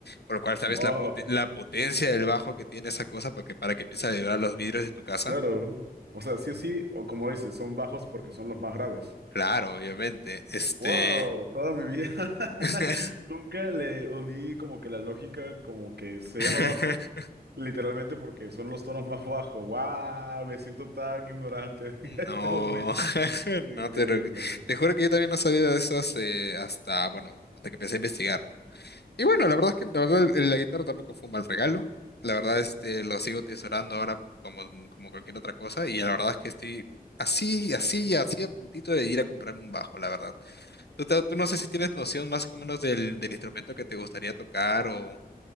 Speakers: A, on the left; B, on the right.
A: por lo cual sabes
B: Wow,
A: la, pote- la potencia del bajo que tiene esa cosa para que, para que empiece a vibrar los vidrios de tu casa.
B: claro. ¿no? O sea, sí o sí, o como dices, son bajos porque son los más graves.
A: Claro, obviamente, este...
B: Wow, toda mi vida <laughs>
A: <laughs>
B: nunca le uní como que la lógica como que se
A: <laughs>
B: llama bajo, literalmente porque son los tonos más bajos. Wow, me siento tan ignorante <laughs>
A: No,
B: en este momento.
A: <laughs> no
B: Increíble.
A: te, lo- te juro que yo también no sabía de eso hace- hasta, bueno, hasta que empecé a investigar. ¿no? Y bueno, la verdad es que la verdad eh, la guitarra tampoco fue un mal regalo. La verdad este lo sigo tesorando ahora como, como cualquier otra cosa y la verdad es que estoy así, así, así a puntito de ir a comprarme un bajo, la verdad. Tú, te- tú no sé si tienes noción más o menos del, del instrumento que te gustaría tocar o,